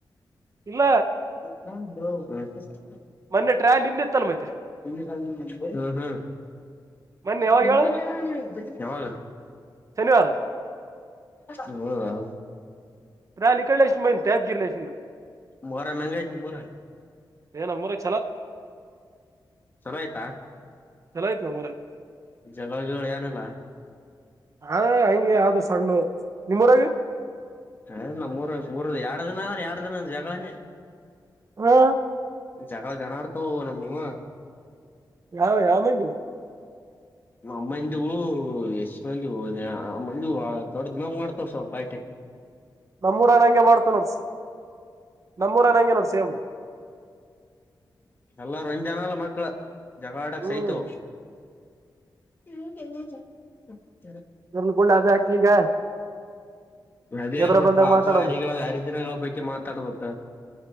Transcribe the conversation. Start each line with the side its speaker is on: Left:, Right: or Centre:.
Right: ಇಲ್ಲ
Left: ನ
Right: ಮೊನ್ನೆ ಟ್ರಾಯಲ್ ಇಲ್ಲಿ ಇತ್ತಲ್ ಮತ್ತೆ
Left: ಹೂ ಹೂ
Right: ಮೊನ್ನೆ ಯಾವಾಗ
Left: ಂಟಂ
Right: ಹೇಳ
Left: ಯಾವಾಗ
Right: ಶನಿವಾರ
Left: ಹೂ
Right: ರಾಲಿ ಕಡೆ ಎಷ್ಟ ಮನ್ ತ್ಯಪ್ ಜಿಲ್ಲೆ ಎ.
Left: ಮೊರಂ ಎಂಗೈತ್ ನಿಮ್ ಊರಾಗ.
Right: ಹೇ ನಮ್ಮೂರಾಗ.
Left: ಚಲೋ ಆಯ್ತಾ
Right: ಚೋಲಾ ಐತಿ ನಾಮ್ ಊರಾಗ
Left: ಜಗಳಗಿಗಳ ಏನಿಲ್ಲ
Right: ಹಾ ಹಂಗೆ ಯಾವ್ದು ಸಣ್ಣು ನಿಮ್ಮೂರಗೆ
Left: ಹೇ ನಾಮ್ ಊರಾಗ ಎರಡು ದಿನ ಎರಡು ದಿನ ಜಗಳನೆ
Right: ಹಾ
Left: ಜಗಳ ಗಾನ ಆಡ್ತವು ನಾಮ್ ವೂ
Right: ಯಾವ ಯಾಮಂದೀ
Left: ನಮ್ಮಜ ಎಷ್ಟ ಮಂದ ಹೋದೆ ನಮ್ಮಂದ ದೊಡ್ಡ ಡಿಮಾಕ ಮಾಡ್ತಾವ ಸ್ವಲ್ಪ ಪಾರ್ಟಿ
Right: ನಮ್ಮೂರಾನ ಹಂಗೆ ಮಾಡ್ತಾನೋರ್ಸಿ. ನಮ್ಮರ ನಂನೋರು ಸೇಮ.
Left: ಎಲ್ಲ ಒಂದ್ ಜನಾಲ ಮಕ್ಕಳ ಜಗವಾಡಕ್
Right: ಹ್ಮ್
Left: ಸೈತವ. ಹ್ಮ್ ಹೇಳನಜ. <unintelligible>
Right: <unintelligible>
Left: ಅದೇರ್ಬೇಕ
Right: ಎದ್ರ ಬಂದಾಗ
Left: ಅಬ
Right: ಮಾತಾಡಮ್ಮ
Left: ಹರಿ ಹರಿದಿನಗಳ ಪೈಕಿ ಮಾತಾಡ್ಬೇಕ.